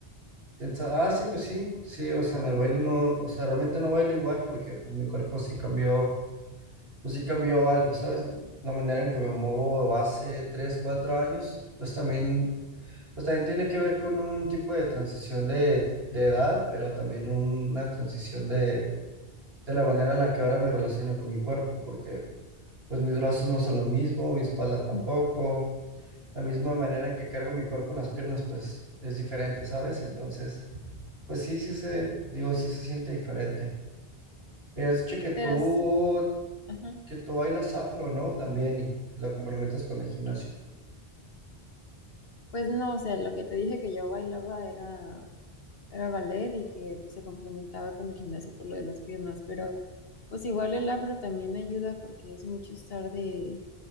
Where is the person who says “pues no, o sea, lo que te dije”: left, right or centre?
Left